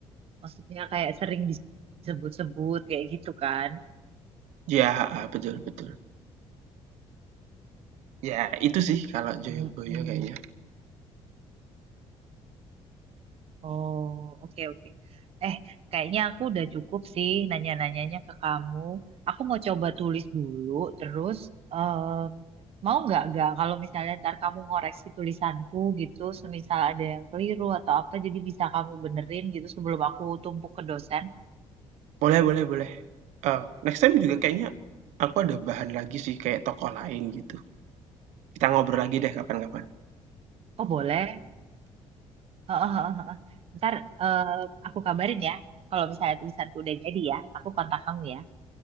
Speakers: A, on the right (about 55°); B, on the right (about 80°).
A: Maksudnya kayak sering disebut-sebut kayak gitu kan.
B: Ya, betul betul. Ya itu sih kalau Joyoboyo
A: Mm-mm.
B: kayaknya.
A: Oh, oke oke. Eh, kayaknya aku udah cukup sih nanya-nanyanya ke kamu. Aku mau coba tulis dulu, terus em, mau nggak nggak kalau misalnya ntar kamu ngoreksi tulisanku gitu, semisal ada yang keliru atau apa, jadi bisa kamu benerin gitu sebelum aku tumpuk ke dosen.
B: Boleh boleh boleh. Eee, next time juga kayaknya aku ada bahan lagi sih kayak tokoh lain gitu. Kita ngobrol lagi deh kapan-kapan.
A: Oh boleh. Heeh, heeh, heeh. Ntar eh, aku kabarin ya. Kalau misalnya tulisanku udah jadi ya, aku kontak kamu ya.